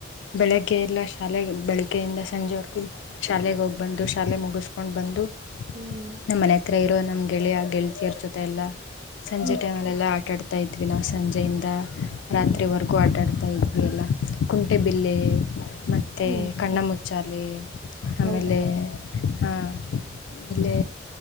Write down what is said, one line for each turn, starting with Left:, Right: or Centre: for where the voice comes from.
Left: ಬೆಳಗ್ಗೆ ಎಲ್ಲಾ ಶಾಲೆ ಬೆಳಗ್ಗೆಯಿಂದ ಸಂಜೆವರೆಗೂ ಶಾಲೆಗೆ ಹೋಗ್ಬಂದು ಶಾಲೆ ಮುಗಿಸ್ಕೊಂಡು ಬಂದು
Right: ಹ್ಮ್
Left: ನಮ್ಮ ಮನೆ ಹತ್ರ ಇರೋ ನಮ್ ಗೆಳೆಯ ಗೆಳತಿಯರ್ ಜೊತೆ ಎಲ್ಲಾ ಸಂಜೆ
Right: ಹ್ಮ್
Left: ಟೈಮಲೆಲ್ಲ ಆ ಅಡ್ತಾ ಇದ್ವಿ ನಾವು ಸಂಜೆಯಿಂದ ರಾತ್ರಿವರೆಗೂ
Right: ಹ್ಮ್
Left: ಆಟಡ್ ಇದ್ವಿ ಎಲ್ಲ ಕುಂಟೆ ಬಿಲ್ಲೆ ಮತ್ತೇ
Right: ಹ್ಮ್
Left: ಕಣ್ಣ ಮುುಚ್ಚಾಲೆ ಅಮೇಲೆ
Right: ಹೌದಾ
Left: ಹಾ ಆಮೇಲೆ